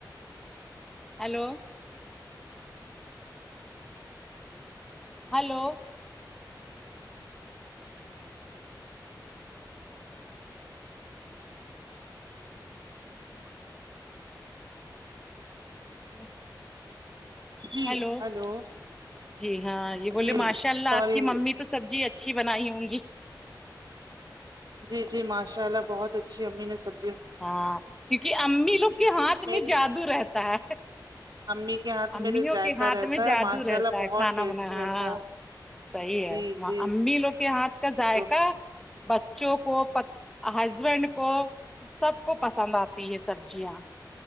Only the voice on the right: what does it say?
جی
ہلو
جی
سوری
جی جی ماشاء اللہ بہت اچھی اممی نے سب
میری
امی کے ہاتھ
میرے ذائقہ
رہتا
ہے
ماشاء
اللہ بہت
ٹیسٹ
رہتا
ہے
جی
جی
جی
تو